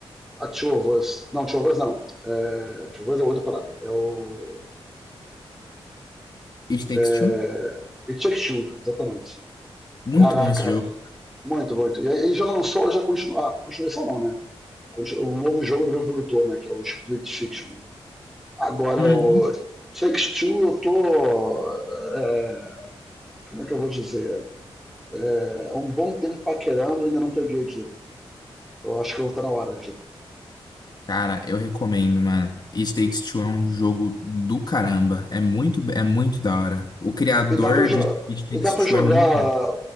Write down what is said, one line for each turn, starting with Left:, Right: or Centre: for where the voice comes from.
Centre: A Two of Us. Não, Two of Us não. É, Two of Us é outra parada. É o.
Left: It Takes
Centre: É,
Left: Two.
Centre: It Takes Two, exatamente.
Left: Muito
Centre: Caraca,
Left: bom esse jogo.
Centre: muito, muito. E aí já lançou, já continua. Ah, continuação não, né? Continu, um novo jogo do mesmo produtor, né? Que é o Split Fiction, né? Agora,
Left: Uhum.
Centre: o Takes Two, eu tô. É, como é que eu vou dizer? é, um bom tempo paquerando ainda não peguei aqui. Eu acho que eu vou estar na hora aqui.
Left: Cara, eu recomendo, mano. It Takes Two é um jogo do caramba. É muito, é muito da hora. O criador
Centre: E dá pra, jo
Left: de It Takes
Centre: e dá pra
Left: Two
Centre: jogar
Left: é muito.